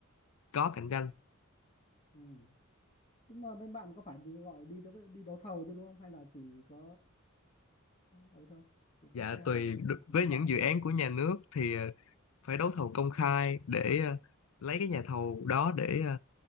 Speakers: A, on the left; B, on the left.
A: có cạnh tranh
B: ừ. Nhưng mà bên bạn có phải đi gọi đi đấu, đi đấu thầu chứ đúng không? Hay là chỉ có ấy thôi? Chỉ
A: dạ
B: khách khách
A: tùy
B: hàng
A: đ-
B: bán
A: với
B: giá
A: những
B: cả
A: dự
B: thôi
A: án
B: bình
A: của
B: thường.
A: nhà nước thì ờ, phải đấu thầu công khai để ờ, lấy cái nhà thầu đó để ờ,